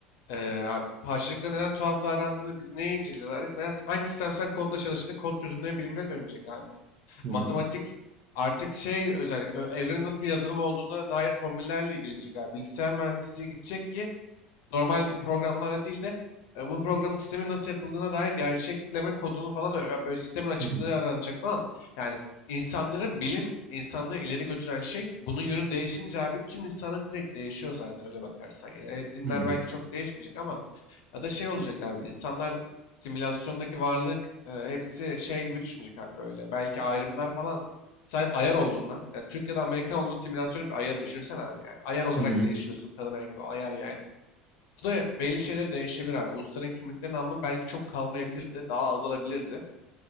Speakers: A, on the left; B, on the right.
A: Ee, abi parçacıklar neden tuhaf davrandığını biz neye inceleyeceğiz artık? Mesela hangi sistemsel kodla çalıştığını kod çözümleri bilimine dönecek abi.
B: hı.
A: Matematik artık şey özel ö- evrenin nasıl bir yazılım olduğuna dair formüllerle ilgilenecek abi. Bilgisayar mühendisliği gidecek ki normal programlara değil de e, bu programın sistemin nasıl yapıldığına dair gerçekleme kodunu falan ö- böyle sistemin açıklığı
B: Hı hı.
A: aranacak falan. Yani insanların bilim insanlığı ileri götüren şey bunun yönü değişince abi tüm insanlık direkt değişiyor zaten öyle bakarsan. Yani evet, dinler
B: Hı hı.
A: belki çok değişmeyecek ama ya da şey olacak abi insanlar simülasyondaki varlık e, hepsi şey gibi düşünecek abi böyle. Belki ayrımlar falan sen ayar oldun lan. Yani Türk ya da Amerikan olduğun simülasyonun bir ayarı düşünsen abi yani. Ayar olarak
B: Hı hı.
A: değişiyorsun kadın erkek o ayar yani. Bu da belli şeyler değişebilir abi. Ulusların kimliklerinin anlamı belki çok kalmayabilir de daha azalabilirdi.